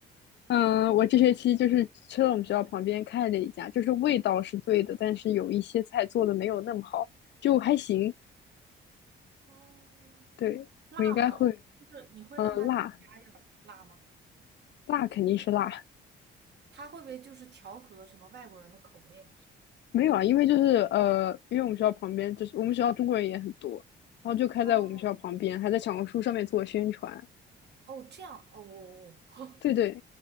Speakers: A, on the left (about 60°); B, on the right (about 60°).
A: 嗯，我这学期就是去了我们学校旁边开的一家，就是味道是对的，但是有一些菜做的没有那么好，就还行。
B: 哦，
A: 对，
B: 辣吗？
A: 我应该会，
B: 就是你会让他加一点儿辣吗？
A: 嗯，辣辣肯定是辣，
B: 他会不会就是调和什么外国人的口味啊？
A: 没有啊，因为就是呃，因为我们学校旁边就是我们学校中国人也很多，然后就开在我们学校旁边，
B: 哦
A: 还在小红书上面做宣传。
B: 哦，这样哦，<laughs>
A: 对对，